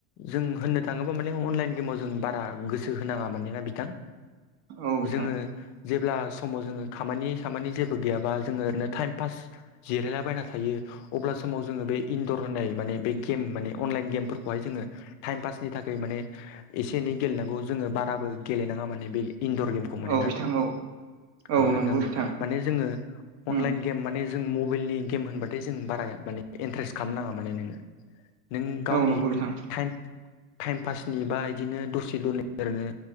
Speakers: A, on the left; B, on the right.
A: जों होननो थाङोबा माने अनलाइन गेमाव जों बारा गोसो गोसो होनाङा मानोना बिथां,
B: औ बिथां
A: जोङो जेब्ला समाव जोङो खामानि सामानि जेबो गैयाबा जोङो ओरैनो टाइम पास जिरायलाबायना थायो। अब्ला समाव जोङो बे इनदर होननाय माने बे गेम माने अनलाइन गेमफोरखौहाय जोङो टाइम पासनि थाखाय माने एसे एनै गेलेनांगौ। जोङो बाराबो गेलेनाङा माने बे इन्दर गेम खौ मोनेना।
B: औ बिथां औ औ
A: नंगौ ना नोंथां?
B: बिथां
A: माने जोङो अनलाइन
B: उम
A: गेम माने जों मबाइलनि गेम होनबाथाय जों बारा माने इन्टारेस्ट खालाम नाङा माने नों नों गावनि
B: औ नंगौ बिथां
A: टाइम टाइम पासनि बा बिदिनो दसे दनै ओरैनो